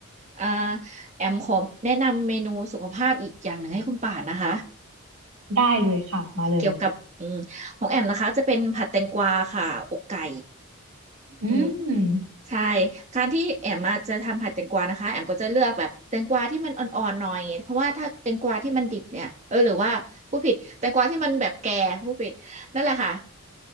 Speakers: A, on the right; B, on the right.
A: อ่าแอมขอแนะนำเมนูสุขภาพอีกอย่างหนึ่งให้คุณป่านนะคะ
B: ได้เลยค่ะ มาเลย
A: เกี่ยวกับอืมของแอมนะคะจะเป็นผัดแตงกวาค่ะอกไก่
B: อืม
A: อืม ใช่การที่แอมมาจะทำผัดแตงกวานะคะแอมก็จะเลือกแบบแตงกวาที่มันอ่อนๆหน่อยเพราะว่าถ้าแตงกวาที่มันดิบเนี่ยเออหรือว่าผู้ผิดแตงกวาที่มันแบบแก่ผู้ผิดนั่นแหละค่ะ